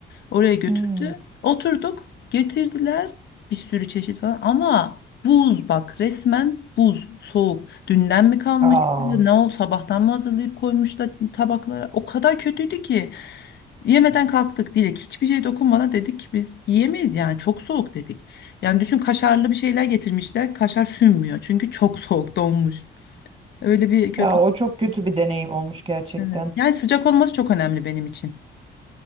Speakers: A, on the left (about 60°); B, on the right (about 30°).
A: Oraya götürdü.
B: Hmm.
A: Oturduk. Getirdiler bir sürü çeşit falan ama buz bak resmen buz soğuk. Dünden mi kalmış?
B: Aa,
A: Ne oldu? Sabahtan mı hazırlayıp koymuşlar tabaklara? O kadar kötüydü ki yemeden kalktık Dilek. Hiçbir şey dokunmadan dedik ki biz yiyemeyiz yani çok soğuk dedik. Yani düşün kaşarlı bir şeyler getirmişler. Kaşar sünmüyor çünkü çok <laughs> soğuk donmuş. Öyle bir kötü.
B: ya o çok kötü bir deneyim olmuş gerçekten.
A: Evet. Yani sıcak olması çok önemli benim için.